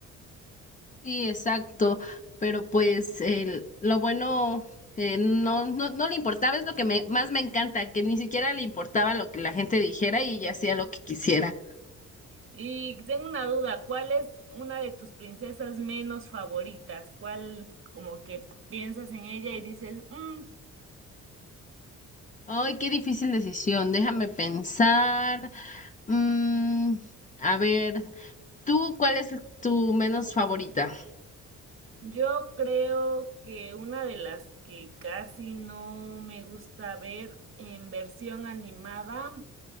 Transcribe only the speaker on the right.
Y tengo una duda, ¿cuál es una de tus princesas menos favoritas? ¿Cuál como que piensas en ella y dices, "Mm,
Yo creo que una de las que casi no me gusta ver en versión animada